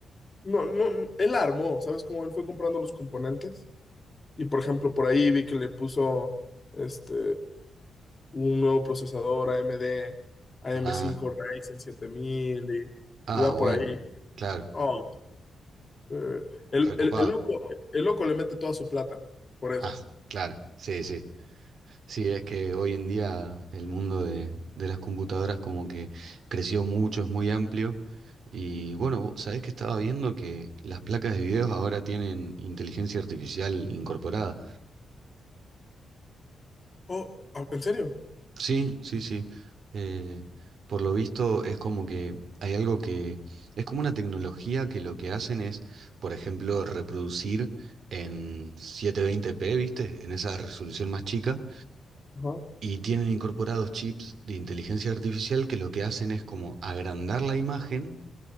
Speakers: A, on the left; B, on the right.
A: No, no, él armó, ¿sabes cómo? Él fue comprando los componentes y, por ejemplo, por ahí vi que le puso, este, un nuevo procesador AMD, AM5
B: Ah,
A: Ryzen 7000 y,
B: ah,
A: y va
B: bueno,
A: por ahí.
B: claro,
A: Oh, eh, el,
B: recopado.
A: el- el loco, el loco le mete toda su plata por eso.
B: Ah, claro, sí, sí. Sí, es que hoy en día el mundo de, de las computadoras como que creció mucho, es muy amplio. Y bueno, vos ¿sabés que estaba viendo que las placas de videos ahora tienen inteligencia artificial incorporada?
A: Oh, ah, ¿en serio?
B: Sí, sí, sí. Eh, por lo visto es como que hay algo que es como una tecnología que lo que hacen es, por ejemplo, reproducir en 720p, ¿viste? En esa resolución más chica.
A: Ajá.
B: Y tienen incorporados chips de inteligencia artificial que lo que hacen es como agrandar la imagen